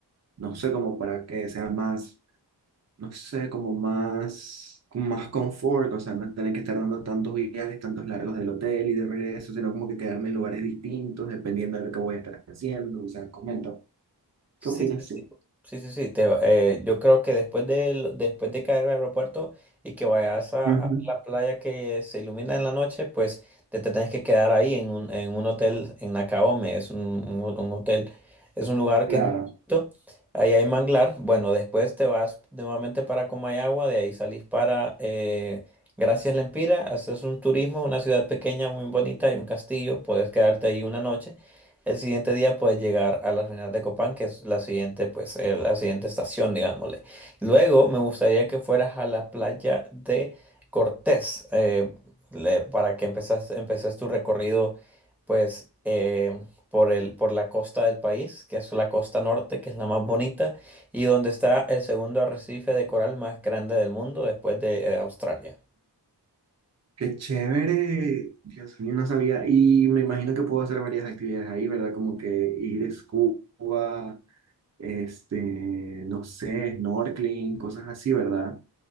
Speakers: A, on the right; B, in the centre.
A: no sé, como para que sea más, no sé, como más, como más confort, o sea, no tener que estar dando tantos viajes, tantos largos del hotel y de regreso, sino como que quedarme en lugares distintos dependiendo de lo que voy a estar haciendo, o sea, comento,
B: Sí,
A: ¿qué opinas
B: sí,
A: tú?
B: sí. Sí, sí, sí, te va- eh, yo creo que después de, después de caer al aeropuerto y que vayas a,
A: Ujú.
B: a la playa que se ilumina en la noche, pues te, te tenés que quedar ahí en un, en un hotel en Nakaome, es un, un- un hotel, es un lugar que
A: Claro,
B: es muy bonito, ahí hay manglar, bueno, después te vas nuevamente para Comayagua, de ahí salís para eh, Gracias Lempira, haces un turismo, es una ciudad pequeña muy bonita, hay un castillo, puedes quedarte ahí una noche. El siguiente día puedes llegar a las ruinas de Copán, que es la siguiente, pues, eh, la siguiente estación, digámosle. Luego me gustaría que fueras a la playa de Cortés, eh, le- para que empezas, empeces tu recorrido, pues, eh, por el, por la costa del país, que es la costa norte, que es la más bonita, y donde está el segundo arrecife de coral más grande del mundo después de, eh, Australia.
A: qué chévere, Dios mío, no sabía, y me imagino que puedo hacer varias actividades ahí, ¿verdad? Como que ir a scuba, este, no sé, snorkeling, cosas así, ¿verdad?